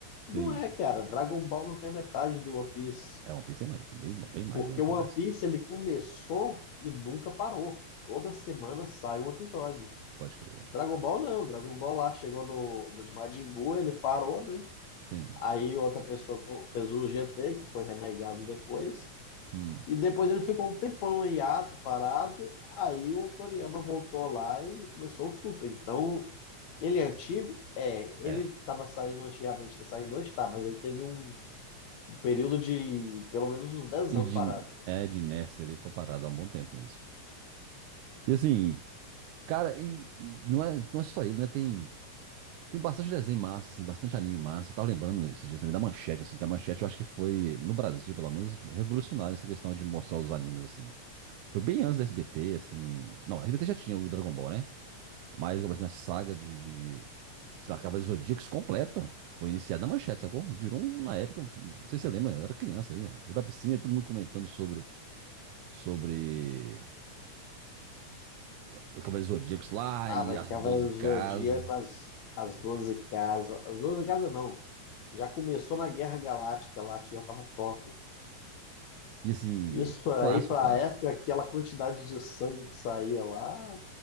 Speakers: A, on the left; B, on the right.
A: Não
B: Sim.
A: é, cara. Dragon Ball não tem a metade do One Piece.
B: É, One Piece tem mais, tem bem, bem mais,
A: Porque
B: né, na realidade.
A: o One Piece ele começou e nunca parou. Toda semana sai um episódio.
B: Pode crer.
A: Dragon Ball não, Dragon Ball lá chegou no, no de Majin Buu, ele parou, né?
B: Sim.
A: Aí outra pessoa co- fez o GT, que foi renegado depois.
B: Hum.
A: E depois ele ficou um tempão em hiato, parado. Aí o Toriyama voltou lá e começou o Super. Então, ele é antigo? É. Ele
B: É.
A: estava saindo antigamente, tá saindo hoje, tá. Mas ele teve um, um período de pelo menos uns 10
B: E
A: anos
B: de,
A: parado, né?
B: é, de Ness ele ficou parado há um bom tempo mesmo. E assim, cara, e, e não é, não é só ele, né? Tem. Tem bastante desenho massa, assim, bastante anime massa. Eu tava lembrando esses dias também da Manchete, assim, que a Manchete eu acho que foi, no Brasil, pelo menos, revolucionária essa questão de mostrar os animes, assim. Foi bem antes da SBT, assim. Não, a SBT já tinha o Dragon Ball, né? Mas, como assim, a saga de, de, de, sei lá, Cavaleiros Zodíacos completa foi iniciada na Manchete, sacou? E virou, um, na época, não sei se você lembra, eu era criança ali, né? Eu ia pra piscina e todo mundo comentando sobre, sobre os Cavaleiros Zodíacos lá
A: Ah,
B: e
A: velho,
B: as
A: Cavaleiro
B: doze casas.
A: do Zodíaco, as, as 12 casas. As 12 casas não, Já começou na Guerra Galáctica lá, que já tava top.
B: E, assim,
A: Isso aí,
B: clássico,
A: pra
B: clássico.
A: época, aquela quantidade de sangue que saía lá